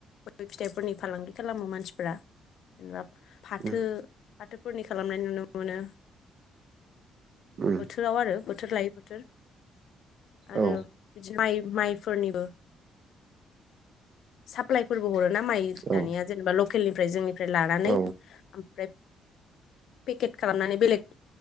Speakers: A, on the left (about 70°); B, on the right (about 50°).
A: गय फिथाइफोरनि फालांगि खालामो मानसिफोरा जेनेबा फाथो
B: उम
A: फाथोफोरनि खालामनाय नुनो मोनो
B: उम
A: बोथोराव आरो बोथोर लायै बोथोर आरो
B: औ
A: बिदिनो माइ माइफोरनिबो साप्लायफोरबो हर ना माइ
B: औ
A: दानिया जेनेबा लकेलनिफ्राय जोंनिफ्राय लानानै
B: औ
A: ओमफ्राय पेकेट खालामनानै बेलेग